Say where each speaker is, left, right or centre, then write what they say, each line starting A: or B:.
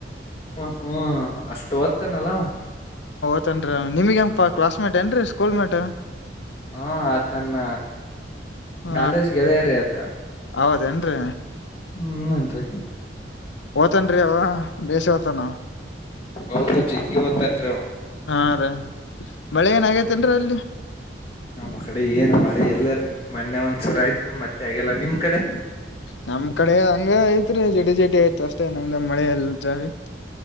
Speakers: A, on the left; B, on the left.
A: ಹ ಹ್ಮ್ ಅಷ್ಟು ಒತ್ತನಲ್ಲ.
B: ತ್ತನ್ರೀ ನಿಮಗಪಾ ಕ್ಲಾಸ್ ಮೇಟ್ ಏನ್ರೀ ಸ್ಕೂಲ್ ಮೇಟ್.
A: ಹಾ ಆತ್ ನನ್ನ
B: ಹ
A: ಕಾಲೇಜ್ ಗೆಳೆಯರಿ ಆತ.
B: ಹೌದೇನ್ರಿ
A: ಹ್ಮ್ ನನ್ರಿ
B: ತನ್ರಿ ಅವ ಬೆಸ ಹೊತನ
A: ಹೌದು ಜಗ್ಗಿ ಓದ್ತನ್ರಿ ಅವ
B: ಹಾ ರಿ ಮಳೆ ಏನ ಆಗೈತೇನ್ರೀ ಅಲ್ಲಿ.
A: ನಮ್ಮ ಕಡೆ ಏನ್ ಮಳೆ ಎಲ್ಲರಿ ಮೊನ್ನೆ ಒಂದ್ಸೂರ ಆಯ್ತು ಮತ್ತೆ ಆಗಿಲ್ಲ ನಿಮ್ ಕಡೆ.
B: ನಮ್ ಕಡೆ ಹಂಗೆ ಐತ್ರಿ ಜಟಿ ಜಟಿ ಆಯ್ತು ಅಷ್ಟೇ ನಮ್ದ ಮಳೆ ಎಲ್ ಜಾರಿ.